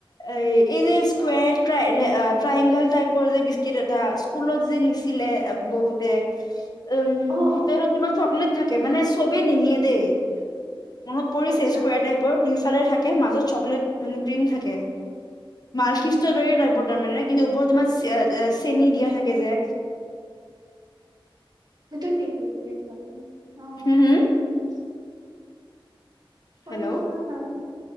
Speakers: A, on the left (about 45°); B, on the right (about 45°).
A: আহ এই যে
B: আচ্ছা
A: স্কুৱেৰ ট্ৰাই ট্ৰাইংগল টাইপৰ যে বিস্কিট এটা স্কুলত যে নিছিলে বহুতে
B: <inaudible>
A: উম,
B: অ
A: ভিতৰত
B: অ
A: তোমাৰ চকলেট থাকে, মানে চবে নিনিয়ে দেই! মনত পৰিছে
B: আচ্ছা
A: স্কুয়াৰ টাইপৰ দুইফালে থাকে, মাজত চকলেট মানে ক্ৰীম থাকে! মালকিষ্টৰ
B: উম
A: দৰেই টাইপৰ তাৰমানে, কিন্তু ওপৰত তোমাৰ চে চেনি দিয়া থাকে যে!
B: <unintelligible>
A: হুম, হুম!
B: উম! কোনটো
A: হেল্ল'
B: বা হয়